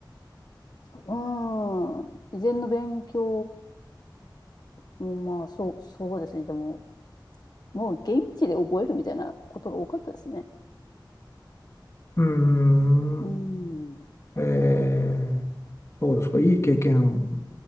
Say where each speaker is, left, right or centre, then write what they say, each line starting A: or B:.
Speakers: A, on the left (about 55°); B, on the left (about 35°).
A: うーん。事前の勉強も、まあ、そう、そうですね。でも、もう現地で覚えるみたいなことが多かったですね。
B: うに。うー
A: うん。
B: ん、
A: い
B: えー、そうですか、いい経験